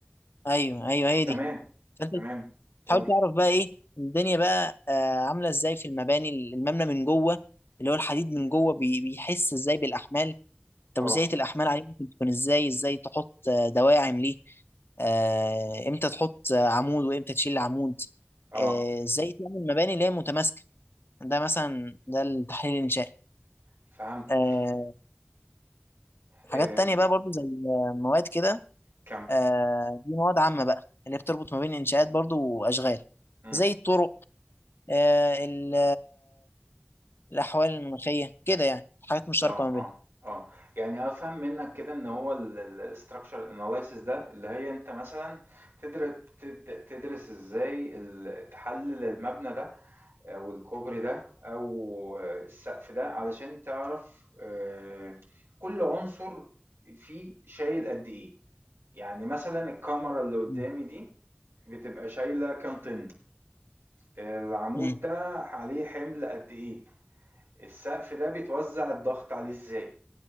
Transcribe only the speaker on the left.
ايوه ايوه هي
دي فانت
حاول تعرف بقى ايه الدنيا بقى آه عامله ازاي في المباني المبنى من جوه اللي هو الحديد من جوه بي- بيحس ازاي بالاحمال
توزيعه الاحمال عليه ممكن تكون ازاي ازاي تحط آه، دواعم ليه آه، امتى تحط آه، عمود وامتى تشيل عمود
آه، ازاي تعمل مباني اللي هي متماسكه ده مثلا ده التحليل الانشائي
آه، حاجات
تانية بقى برضو زي آه، مواد كده
آه، دي مواد عامة بقى اللي هي بتربط ما بين الانشاءات برضو واشغال
زي الطرق آه، ال- الأحوال المناخية كده يعني حاجات مشتركة
ما بيننا
مم.
مم.